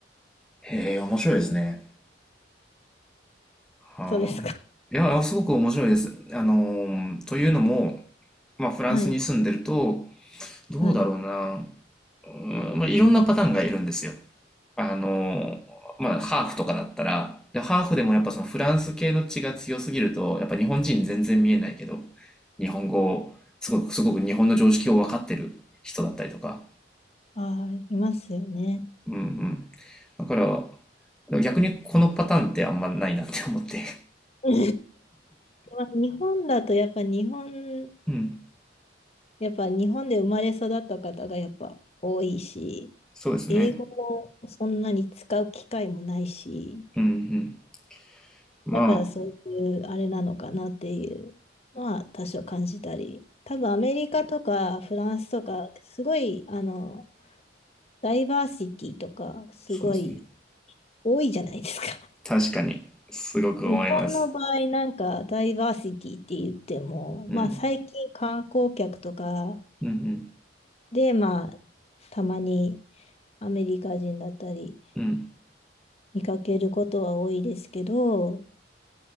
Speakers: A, in the centre; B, on the left.
A: へえ、面白いですね。はあ。
B: そうですか。
A: いや、すごく面白いです。あのーというのも、まあ、フランスに住んでると、
B: はい。
A: どうだろうな。
B: はい。
A: うん、まあ、いろんなパターンがいるんですよ。あの、まあ、ハーフとかだったら、でハーフでもやっぱそのフランス系の血が強すぎると、やっぱ日本人全然見えないけど、日本語を、すごく、すごく日本の常識を分かってる人だったりとか。
B: ああ、いますよね。
A: うんうん。だから、逆にこのパターンってあんまないなって思って。
B: <laughs> まあ、日本だとやっぱ日本、
A: うん。
B: やっぱ日本で生まれ育った方がやっぱ多いし、
A: そうですね。
B: 英語もそんなに使う機会もないし、
A: うんうん。まあ、
B: だからそういうあれなのかなっていうのは多少感じたり、多分アメリカとかフランスとか、すごい、あの、ダイバーシティとか、すごい
A: そうですね。
B: 多いじゃないですか。
A: 確かに、すごく思います。
B: 日本の場合、なんかダイバーシティって言っても、
A: うん。
B: まあ最近観光客とか
A: うんうん。
B: で、まあたまにアメリカ人だったり
A: うん。
B: 見かけることは多いですけど、